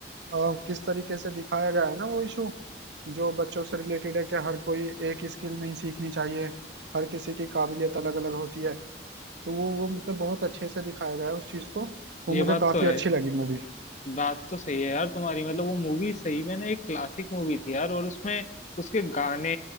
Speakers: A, on the right (about 80°); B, on the left (about 40°).
A: अ, किस तरीके से दिखाया गया है ना वो इशू जो बच्चों से रिलेटेड है कि हर कोई एक स्किल नहीं सीखनी चाहिए हर किसी की काबिलियत अलग अलग होती है तो वो वो मतलब बहुत अच्छे से दिखाया गया है उस चीज को वो
B: ये
A: मुझे
B: बात
A: काफी
B: तो है
A: अच्छी लगी मूवी
B: बात तो सही है यार तुम्हारी मतलब वो मूवी सही में ना एक क्लासिक मूवी थी यार और उसमें उसके गाने